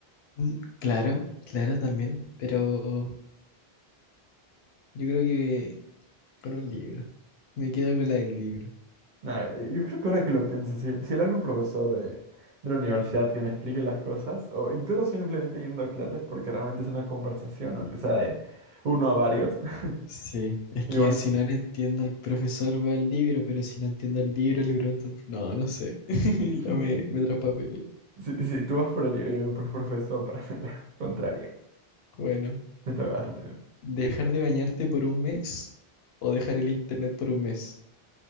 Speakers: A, on the left (about 80°); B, on the right (about 55°).
A: Mm, Claro, claro también, pero yo creo que con un libro. Me quedo con la del libro.
B: Nah, yo creo que ahora que lo pienso, si, si le hablo a un profesor de, de la universidad que me explique las cosas, o incluso simplemente yendo a clases porque realmente es una conversación, aunque sea de uno a varios, <laughs>
A: Sí, es que
B: igual
A: si no le entiendo al profesor veo el libro, pero si no entiendo el libro le pregunto al... No, no sé, <laughs> ya
B: Ujú.
A: me, me traspapelé.
B: <laughs> si, si tú vas por el libro y yo voy por el profesor para <laughs> hacer la contraria,
A: Bueno,
B: te toca, te toca.
A: ¿dejar de bañarte por un mes o dejar el internet por un mes?